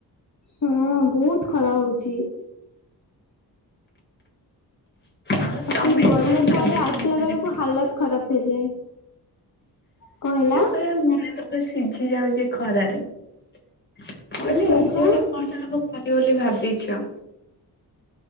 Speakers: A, on the left (about 45°); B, on the left (about 25°).
A: ହଁ ବହୁତ ଖରା ହଉଛି।
B: ଆଉ ତମେ
A: ପୁଣି ଗଲେ
B: କଣ ଭାବିଛ
A: କୁଆଡେ ଆସିଲା
B: ରଜରେ
A: ବେଳକୁ
B: କରିବ?
A: ହାଲତ ଖରାପ ହେଇଯାଏ। କଣ ହେଲା?
B: ସେପଟେ ମଣିଷ ପୁରା ସିଝି ଯାଉଛି ଖରାରେ। ମୁଁ କହଲି
A: ସେଇପା
B: ରଜରେ କଣ ସବୁ କରିବ ବୋଲି ଭାବିଛ?